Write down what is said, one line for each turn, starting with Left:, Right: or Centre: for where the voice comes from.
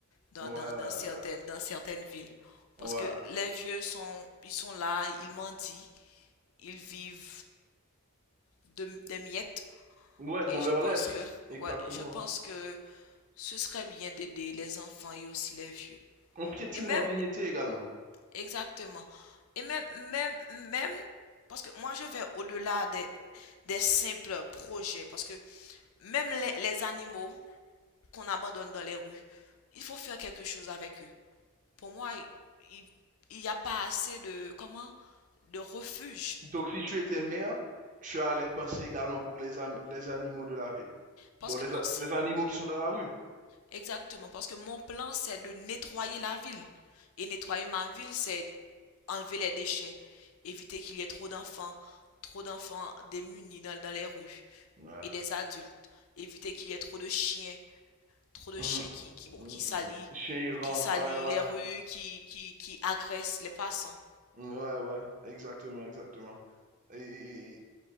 Left: dans,
Right: Ouais,
Left: dans, dans certaines, dans certaines villes.
Right: ouais.
Left: Parce que les vieux sont, ils sont là, ils mendient, ils vivent de, des miettes.
Right: Ouais, qu'on
Left: Et je
Right: leur
Left: pense
Right: laisse.
Left: que,
Right: Exactement.
Left: ouais, je pense que ce serait bien d'aider les enfants et aussi les vieux.
Right: On piétine
Left: Et même,
Right: leur dignité également.
Left: exactement. Et même, même, même, parce que moi je vais au-delà des, des simples projets. Parce que même les, les animaux qu'on abandonne dans les rues, il faut faire quelque chose avec eux. Pour moi, il il- n'y a pas assez de, comment, de refuge.
Right: Donc, si tu étais mère, tu allais penser également pour les, am- les animaux de la ville.
Left: Parce
Right: Bon, les,
Left: que, non,
Right: a-
Left: c'est
Right: les animaux qui sont dans la rue.
Left: exactement, parce que mon plan, c'est de nettoyer la ville. Et nettoyer ma ville, c'est enlever les déchets, éviter qu'il y ait trop d'enfants, trop d'enfants démunis dans, dans les rues
Right: Ouais.
Left: et des adultes, éviter qu'il y ait trop de chiens, trop de
Right: Mm,
Left: chiens qui, qui, bon,
Right: mm,
Left: qui salissent,
Right: mm. Chien errant.
Left: qui salissent
Right: Ouais, ouais.
Left: les rues, qui, qui, qui agressent les passants.
Right: Mm, Ouais, ouais. Exactement, exactement. Et, et,